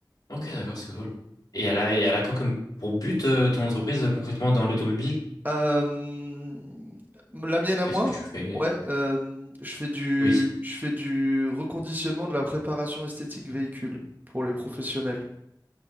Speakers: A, on the left (about 55°); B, on the right (about 20°).
A: Ok, d'accord, c'est cool. Et elle a, et elle a quoi comme pour but euh, ton entreprise euh, concrètement dans l'automobile?
B: Euh, la mienne à
A: Qu'est-ce
B: moi?
A: que tu fais?
B: Ouais, euh, je fais du,
A: Oui.
B: je fais du reconditionnement de la préparation esthétique véhicule pour les professionnels.